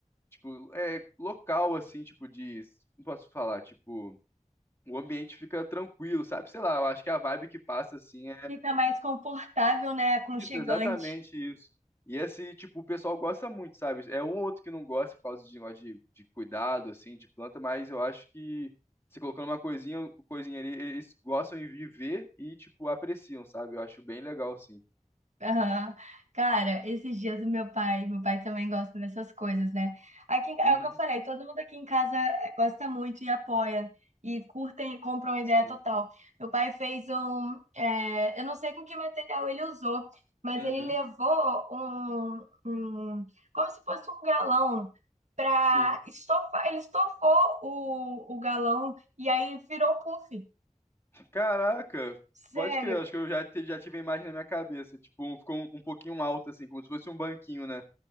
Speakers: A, on the left; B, on the right.
A: tipo, é, local, assim, tipo, de, não posso falar, tipo, o ambiente fica tranquilo, sabe? Sei lá, eu acho que a vibe que passa, assim,
B: Fica mais confortável, né? Aconchegante.
A: isso, exatamente isso. E esse, tipo, o pessoal gosta muito, sabe? É um ou outro que não gosta por causa de negócio de, de cuidado, assim, de planta, mas eu acho que você colocando uma coisinha, coisinha ali, eles gostam de viver e, tipo, apreciam, sabe? Eu acho bem legal, assim.
B: Aham. Cara, esses dias o meu pai, meu pai também gosta dessas coisas, né? Aqui, é
A: Uhum,
B: o que eu falei, todo mundo aqui em casa eh, gosta muito e apoia, e curtem e compram a ideia
A: Sim.
B: total. Meu pai fez um, eh, eu não sei com que material ele usou, mas
A: uhum,
B: ele levou um, um como se fosse um galão para
A: sim.
B: estofar, ele estofou o, o galão e aí virou um puff.
A: Caraca,
B: Sério,
A: pode crer, acho que eu já, te- já tive a imagem na minha cabeça. Tipo, um, ficou um, um pouquinho alto, assim, como se fosse um banquinho, né?